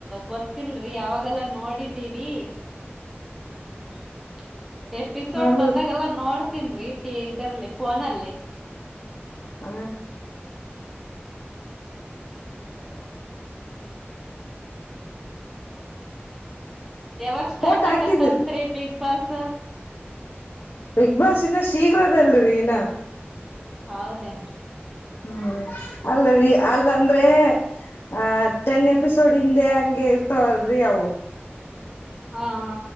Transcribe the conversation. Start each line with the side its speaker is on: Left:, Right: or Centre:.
Centre: ಗೊತ್ತಿಲ್ರರಿ ಅವಾಗೆಲ್ಲ ನೋಡಿದೀವಿ. <inaudible> ಎಪಿಸೋಡ್
Left: ಹೌದು
Centre: ಬಂದಾಗೆಲ್ಲ ನೋಡ್ತನ್ ರೀ ಟಿ ಇದ್ರಲ್ಲಿ ಫೋನಲ್ಲಿ.
Left: ಹ...
Centre: <inaudible> ಯಾವಾಗ ಸ್ಟಾರ್ಟ್
Left: ಫೋಟ್ ಹಾಕಿದ್ರ
Centre: ಆಕತ್ತಂತ್ರಿ ಬಿಗ್ ಬಾಸ್?
Left: ಬಿಗ್ ಬಾಸ್ ಇನ್ನ ಶೀಘ್ರದಲ್ಲರಿ ಇನ್ನ..
Centre: ಹೌದೇನ್ರಿ?
Left: ಹ್ಮ ಅಲ್ಲೀ ಅಲ್ಲಂದ್ರೆ. ಆ ಟೆನ್ ಎಪಿಸೋಡ್ ಹಿಂದೆ ಹಂಗೆ ಇರ್ತವಲ್ರರಿ ಅವು.
Centre: ಹಾ ಹಾ.